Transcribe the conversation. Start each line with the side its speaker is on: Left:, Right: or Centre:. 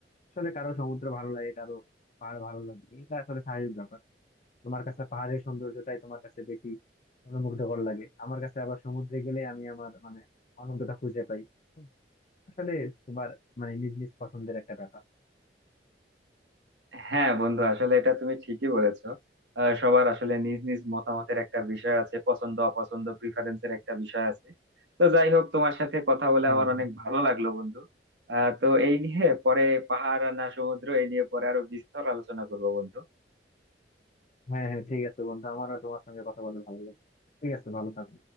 Left: আসলে কারো সমুদ্র ভালো লাগে কারো পাহাড় ভালো লাগবে এটা আসলে স্বাভাবিক ব্যাপার তোমার কাছে পাহাড়ের সৌন্দর্যটাই তোমার কাছে বেশি অনুমুগ্ধকর লাগে আমার কাছে আবার সমুদ্রে গেলে আমি আমার মানে আনন্দটা খুঁজে পাই আসলে সবার মানে নিজ নিজ পছন্দের একটা ব্যাপার
Right: হ্যাঁ বন্ধু আসলে এটা তুমি ঠিকই বলেছো আহ, সবার আসলে নিজ নিজ মতামতের একটা বিষয় আছে পছন্দ অপছন্দ প্রিফারেন্সের একটা বিষয় আছে তো যাই হোক তোমার সাথে কথা বলে
Left: হ্যাঁ
Right: আমার অনেক
Left: হ্যাঁ
Right: ভালো লাগলো বন্ধু আহ তো এই নিয়ে পরে পাহাড় আর না সমুদ্র এই নিয়ে পরে আরো বিস্তর আলোচনা করবো বন্ধু
Left: হ্যাঁ হ্যাঁ ঠিক আছে বন্ধু আমারও তোমার সঙ্গে কথা বলে ভালো লাগে ঠিক আছে ভালো থাকো